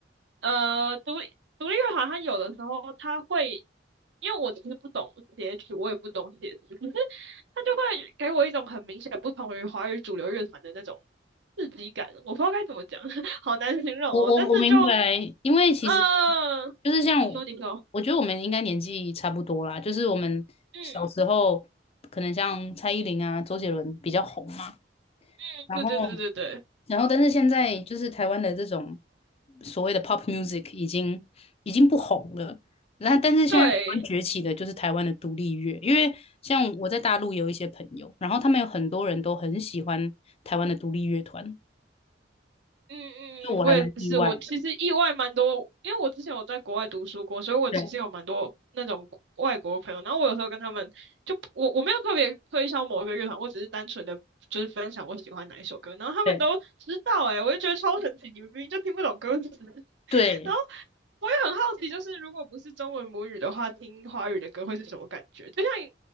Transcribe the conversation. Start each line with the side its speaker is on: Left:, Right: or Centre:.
Right: 呃，独立独立乐团它有的时候它会，因为我其实不懂写曲，我也不懂写词，可是它就会给我一种很明显不同于华语主流乐团的那种。刺激感，我不知道该怎么讲，<laughs> 好难形容哦。
Left: 我我我明白，
Right: 但是就，
Left: 因为其实
Right: 嗯、
Left: 就是像我，
Right: 你说，你说，
Left: 我觉得我们应该年纪差不多啦，就是我们小时候可能像蔡依林啊、
Right: 嗯
Left: 周杰伦比较红嘛，
Right: 嗯，
Left: 然后
Right: 对对对对对
Left: 然后但是现在就是台湾的这种所谓的 pop music 已经已经不红了，那但是现在台湾崛起的就是台湾的独立乐，
Right: 对，
Left: 因为像我在大陆有一些朋友，然后他们有很多人都很喜欢台湾的独立乐团，
Right: 嗯嗯，
Left: 就我还蛮意外，
Right: 我也是，我其实意外蛮多，因为我之前有在国外读书过，所以我其实有蛮多那种外国朋友。
Left: 对
Right: 然后我有时候跟他们，就我我没有特别推销某一个乐团，我只是单纯的就是分享我喜欢哪一首歌，然后他们都知道、
Left: 对。
Right: 欸，诶，我就觉得超神奇，你们明明就听不懂歌词。<laughs>
Left: 对
Right: 然后。我也很好奇，就是如果不是中文母语的话，听华语的歌会是什么感觉？就像你